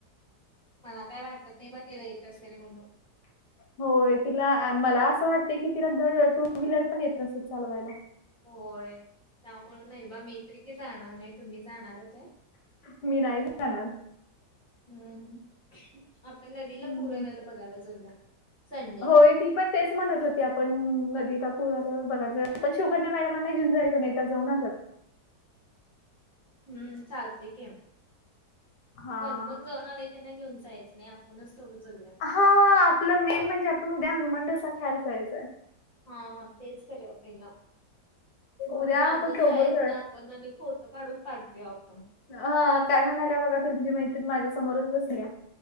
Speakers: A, in the centre; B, on the left (about 80°).
A: मला काय वाटत नाही बा, तिला येत असेल म्हणून.
B: होय, तिला मला असं वाटतय की तिला धड टू व्हीलर पण येत नसेल चालवायला.
A: होय, त्यामुळे नाही बा, मी तरी काय जाणार नाही. तुम्ही जाणार आहे काय?
B: मी नाही जाणार
A: हम्म! आपण नदीला
B: हम्म.
A: पूर आल्याल बघायला जाऊ या, संडेला.
B: होय ती पण तेच म्हणत होती, आपण नदीचा पूर आल्यावर बघयला जाऊया, पण शवकन्या मॅडमांना घेऊन जायचं नाही, त्या जाऊन आल्यात.
A: हम्म! चालतंय की,
B: हा
A: कोण-कोण जाऊन आलय त्यांना घेऊन जायचं नाही, आप आपणच तेवढं जाऊया.
B: हा, आपलं मेन म्हणजे, आपण उद्या हनुमान डोसा ख्यायला जायचाय.
A: हा, तेच करूयाव पहिला.
B: उद्या
A: सांगून
B: आपण दोघं
A: जायच
B: जण
A: आपण, आणि फोटो काढून पाठवया आपण.
B: हा, काय म्हणाल्या बघा तुमची मैत्रीण, माझ्या समोरच बसल्या.